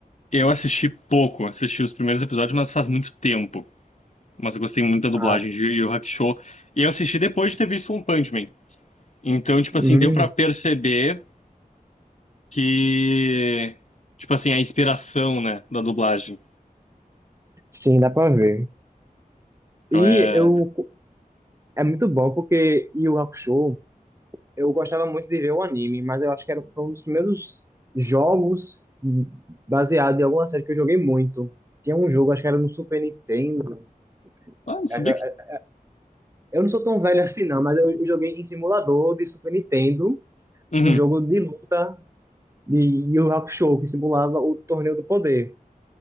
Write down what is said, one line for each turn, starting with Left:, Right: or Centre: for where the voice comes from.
Left: Eu assisti pouco, assisti os primeiros episódios, mas faz muito tempo. Mas eu gostei muito da dublagem
Right: Ah,
Left: de Yu Yu Hakusho. E eu assisti depois de ter visto One Punch Man. Então, tipo
Right: hum,
Left: assim, deu pra perceber que, tipo assim, a inspiração, né, da dublagem.
Right: sim, dá pra ver.
Left: Então
Right: E
Left: é.
Right: eu, é muito bom porque Yu Yu Hakusho, eu gostava muito de ver o anime, mas eu acho que era foi um dos primeiros jogos baseado em alguma série que eu joguei muito. Tinha um jogo, acho que era no Super Nintendo.
Left: Ah, não sabia
Right: Acho que-
Left: que.
Right: Eu não sou tão velho assim, não, mas eu eu joguei em simulador de Super Nintendo,
Left: Uhum.
Right: um jogo de luta de Yu Yu Hakusho, que simulava o Torneio do Poder.